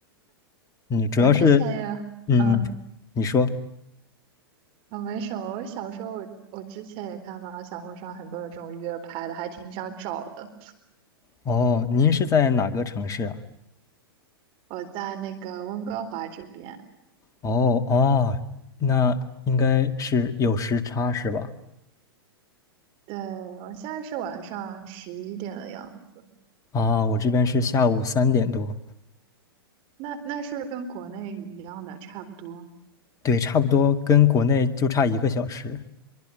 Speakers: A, on the left; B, on the right.
A: 嗯，主要是，
B: 我之前也，
A: 嗯，
B: 嗯。
A: 你说，
B: 啊，没什么。我小时候我，我之前也看到小红书上很多有这种约拍的，还挺想找的。
A: 哦，您是在哪个城市啊？
B: 我在那个温哥华这边，
A: 哦哦，那应该是有时差是吧？
B: 对，我现在是晚上十一点的样子。
A: 啊，我这边是下午三点多，
B: 那那是不是跟国内一样的，差不多。
A: 对，差不多跟国内就差一个小时。